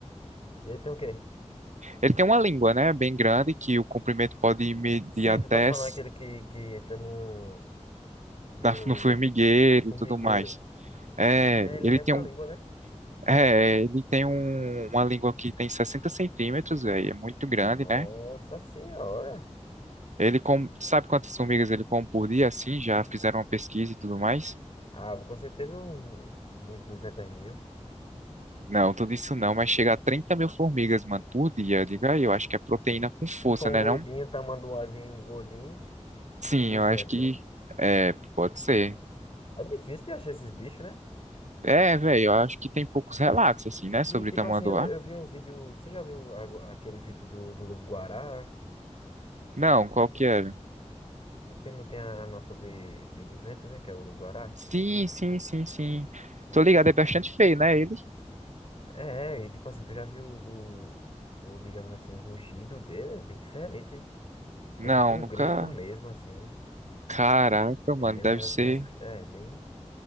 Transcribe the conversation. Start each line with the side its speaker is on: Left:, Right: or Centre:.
Left: E aí tem o quê?
Right: Ele tem uma língua, né? Bem grande, que o comprimento pode medir
Left: Sim,
Right: até
Left: tu tá falando
Right: s-
Left: aquele que, que entra no, no,
Right: na- no formigueiro
Left: no formigueiro.
Right: e tudo mais. É,
Left: É, ele
Right: ele
Left: mete
Right: tem
Left: a
Right: um,
Left: língua, né?
Right: é, ele tem um- uma língua que tem 60 centímetros, véi, é muito grande,
Left: Nossa
Right: né?
Left: senhora.
Right: Ele com, sabe quantas formigas ele come por dia, assim? Já fizeram uma pesquisa e tudo mais?
Left: Ah, com certeza um- uns duzentos mil.
Right: Não, tudo isso não, mas chega a trinta mil formigas, mano, por dia. Diga aí, eu acho que é proteína com força,
Left: Se for um
Right: né,
Left: gordinho,
Right: não?
Left: tamanduazinho, gordinho,
Right: Sim,
Left: uns duzentos
Right: eu acho que
Left: né?
Right: é, pode ser.
Left: É difícil de achar esses bichos, né?
Right: É, velho, eu acho que tem poucos relatos, assim, né,
Left: E,
Right: sobre
Left: tipo
Right: tamanduá.
Left: assim, eu, eu vi uns vídeos. Você já viu agu- aquele vídeo do, do Lobo-Guará?
Right: Não, qual que era?
Left: Porque não tem a, a nota de, de duzentos né? Que é o Lobo-Guará.
Right: Sim, sim, sim, sim. Tô ligado, é bastante feio, né, ele?
Left: É, é, e, tipo assim, tu já viu o, o, digamos assim, o rugido dele? É bem diferente.
Right: Não,
Left: É tipo um
Right: nunca.
Left: grito mesmo, assim.
Right: Caraca,
Left: É
Right: mano,
Left: bem
Right: deve
Left: um negócio
Right: ser,
Left: bem assustador. É bem,